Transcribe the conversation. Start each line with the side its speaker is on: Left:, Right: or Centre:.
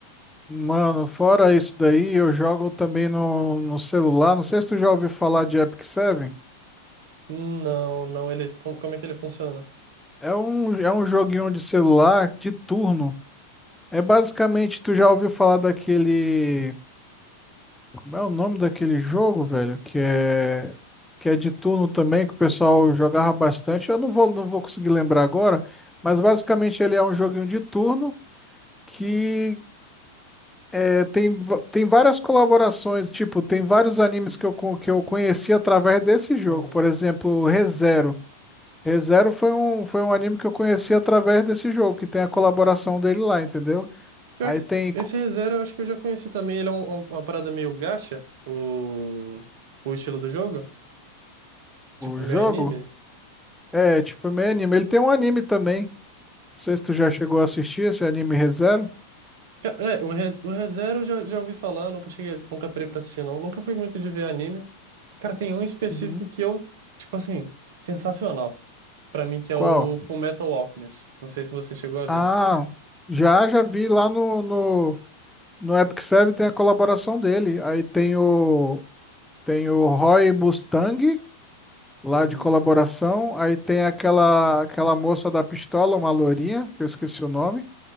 Centre: mano, fora isso daí, eu jogo também no, no celular. Não sei se tu já ouviu falar de Epic Seven.
Right: Não, não, ele, com- como é que ele funciona?
Centre: É um, é um joguinho de celular de turno. É basicamente, tu já ouviu falar daquele. Como é o nome daquele jogo, velho? Que é, que é de turno também, que o pessoal jogava bastante. Eu não vou, não vou conseguir lembrar agora, mas basicamente ele é um joguinho de turno que é, tem, va- tem várias colaborações. Tipo, tem vários animes que eu, co- que eu conheci através desse jogo.
Right: Uhum.
Centre: Por exemplo, ReZero. ReZero foi um, foi um anime que eu conheci através desse jogo, que tem a colaboração dele lá, entendeu?
Right: Pior
Centre: Aí
Right: que
Centre: tem co-
Right: esse ReZero eu acho que eu já conheci também, ele é um- um- uma parada meio gacha, o, o estilo do jogo, tipo
Centre: o jogo,
Right: meio anime.
Centre: é tipo meio anime. Ele tem um anime também. Não sei se tu já chegou a assistir esse anime ReZero.
Right: Ca- É, o Re- o ReZero eu já, já ouvi falar, nunca cheguei, nunca parei pra assistir não, nunca fui muito de ver anime. Cara, tem um específico
Centre: Uhum.
Right: que eu, tipo assim, sensacional. Pra mim, que é
Centre: Qual?
Right: o Full Metal Alchemist. Não sei se você chegou a ver.
Centre: Ah, já, já vi lá no, no, no Epic Serve tem a colaboração dele. Aí tem o, tem o Roy Mustang lá
Right: Uhum.
Centre: de colaboração. Aí tem aquela, aquela moça da pistola, uma lourinha, que eu esqueci o nome.